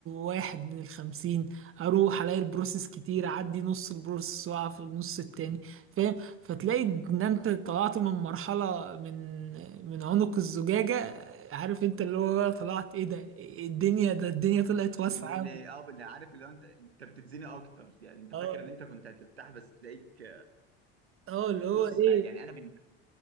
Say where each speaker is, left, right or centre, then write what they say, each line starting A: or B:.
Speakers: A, on the right; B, on the right.
A: واحد من الخمسين اروح الاقي البروسيس كتير اعدي نص البروسيس واقع في النص التاني فاهم فتلاقي ان انت طلعت من مرحلة من من عنق الزجاجة عارف انت اللي هو بقى طلعت ايه ده إيه الدنيا ده الدنيا طلعت واسعة
B: ليه ليه
A: أوي.
B: اه اللي عارف اللي هو انت انت بتتزني اكتر يعني انت
A: اه
B: فاكر ان انت كنت هترتاح بس تلاقيك
A: اه اللي هو
B: بص
A: ايه
B: آه، يعني انا بن...